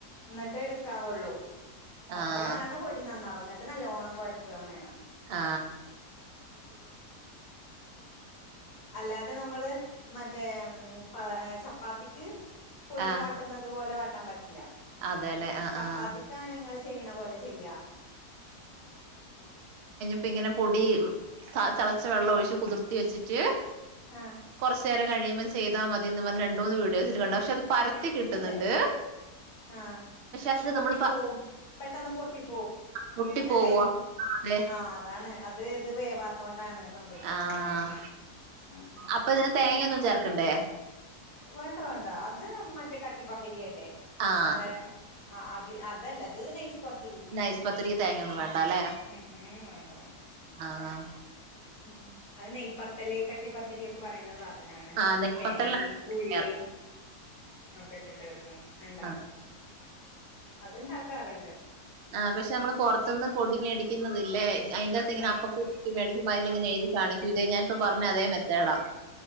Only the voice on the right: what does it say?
ആഹ്
ആ
ആഹ്
അതെല്ലെ ആഹ്
ആഹ്
ഇപ്പ ഇങ്ങനെ പൊടി
തിളച്ച വെള്ളം ഒഴിച്ച്ച് കുതിർത്തി വെച്ചിട്ട്
കുറച്ചു നേരം കഴിയുമ്പ ചെയതാൽ മതിന്ന് രണ്ട മൂന്ന് വീഡോൽ കണ്ടണ്ട് പക്ഷെ പരത്തി കിട്ടുന്നുണ്ട്
അത്
നമ്മൾ
പൊട്ടി പോവ
അതെ
ആഹ
അപ്പൊ ഇതില് തേങ്ങൊന്നും ചേർ ക്കണ്ടെ
ആഹ്
നൈസ് പത്തിരിക്ക് തേങ്ങൊന്നും
വേണ്ട അല്ലേ
ആഹ്
ആഹ് നെയ്പത്തലിനാണ്
ചേർക്ക
ആഹ്
ആഹ് പക്ഷെ നമ്മള് പുറത്തുന്ന് പൊടി മേടിക്കുന്നതില്ലേ അതിന്റെത്ത് ഇങ്ങന
അപ്പ <unintelligible> മേടിക്കുമ്പോ അയിലിങ്ങനെ എതി കാണിക്കൂ ഇതേ ഞാനിപ്പ പറഞ്ഞ അതെ മെത്തേടാ